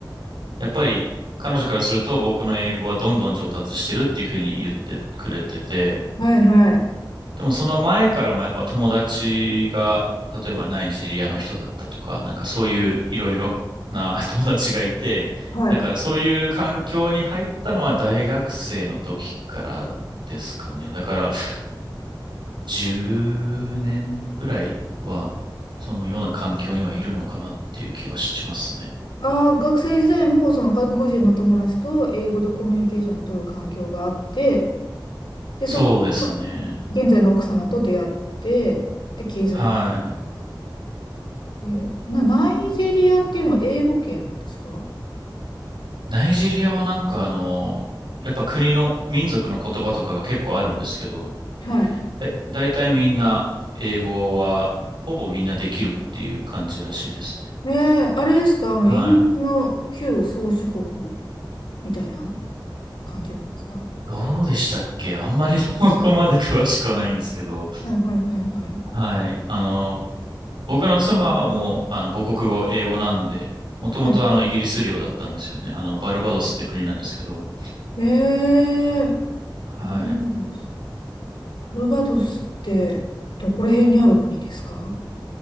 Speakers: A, on the right; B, on the left.
A: やっぱり彼女からすると僕の英語はどんどん上達してるっていうふうに言ってくれてて、
B: はいはい。
A: でもその前からもやっぱ友達が、例えばナイジェリアの人だったとか、なんかそういういろいろな <laughs> 友達がいて、
B: はい。
A: だからそういう環境に入ったのは大学生の時からですかね。だから10年ぐらいはそのような環境にはいるのかなっていう気はしますね。
B: ああ、学生時代もその外国人の友達と英語でコミュニケーションを取る環境があって、で、
A: そうですね。
B: そこから現在の奥様と出会って、で、継続っていうのは。
A: はい。
B: えーな、ナイジェリアっていうのは英語圏なんですか
A: ナイジェリアはなんかあの、やっぱ国の民族の言葉とかが結構あるんですけど、
B: はい。
A: だ、だいたいみんな英語はほぼみんなできるっていう感じらしいですね。
B: ええ、あれですか、あの、
A: はい。
B: イギリスの旧宗主国みたいな感じなんですか
A: どうでしたっけあんまり <laughs> そこまで詳しくはないんですけど。
B: はいはいはいはい。
A: はい。あの、僕の妻もあの母国語、英語なんで、もともとあのイギリス領だったんですよね。
B: はい
A: あの、バルバドスって国なんですけど。
B: ええ
A: はい。
B: バルバドス。バルバドスってどこら辺にある国ですか